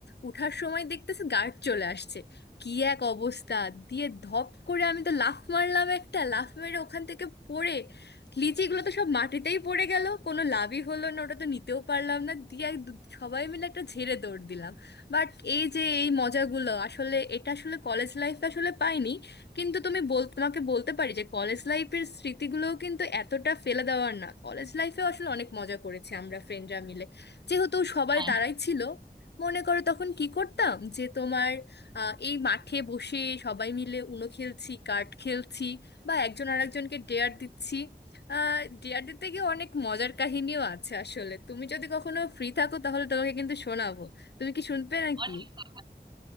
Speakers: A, on the left (about 70°); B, on the right (about 25°).
A: উঠার সময় দেখতেছি গার্ড চলে আসছে কি এক অবস্থা দিয়ে ধপ করে আমি তো লাফ মারলাম একটা লাফ মেরে ওখান থেকে পড়ে লিচিগুলো তো সব মাটিতেই পড়ে গেল কোনো লাভই হলো না ওটা তো নিতেও পারলাম না দিয়ে এক দু- সবাই মিলে একটা ঝেড়ে দৌড় দিলাম বাট এই যে এই মজাগুলো আসলে এটা আসলে কলেজ লাইফে আসলে পাইনি কিন্তু তুমি বল তোমাকে বলতে পারি যে কলেজ লাইফের স্মৃতিগুলোও কিন্তু এতটা ফেলে দেওয়ার না কলেজ লাইফে আসলে অনেক মজা করেছি আমরা ফ্রেন্ডরা মিলে যেহেতু সবাই
B: হ্যাঁ।
A: তারাই ছিল মনে করো তখন কি করতাম যে তোমার আহ, এই মাঠে বসে সবাই মিলে উনো খেলছি কার্ড খেলছি বা একজন আরেকজনকে ডেয়ার দিচ্ছি আহ ডেয়ার দিতে গিয়ে অনেক মজার কাহিনীও আছে আসলে তুমি যদি কখনো ফ্রি থাকো তাহলে তোমাকে কিন্তু শোনাবো তুমি কি শুনবে নাকি
B: অনেক কথা।